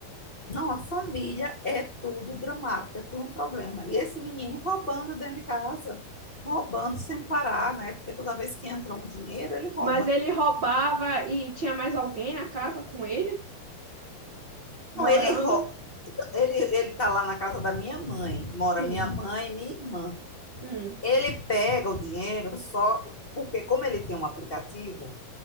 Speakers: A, on the left; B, on the right.
A: Não, a família é tudo dramático, é tudo um problema. E esse menino roubando dentro de casa, roubando sem parar, né? Porque toda vez que entra um dinheiro, ele rouba.
B: Mas ele roubava e tinha mais alguém na casa com ele? Morando?
A: Não, ele rouba. Ele, ele tá lá na casa da minha mãe, mora
B: Sim.
A: minha mãe e minha irmã.
B: Hum,
A: Ele pega o dinheiro só porque, como ele tem um aplicativo